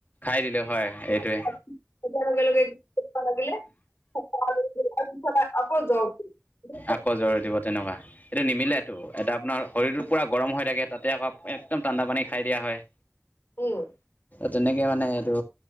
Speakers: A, on the left (about 35°); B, on the left (about 65°).
A: খাই দিলো হয় এইটোৱে।
B: <unintelligible> <inaudible>
A: আকৌ জৰে দিব তেনকা। এইটো নিমিলেতো, এতিয়া আপোনাৰ শৰীৰটো পূৰা গৰম হৈ থাকে তাতে আকৌ একদম ঠাণ্ডা পানী খাই দিয়া হয়।
B: উম।
A: তেনেকে মানে সেইটো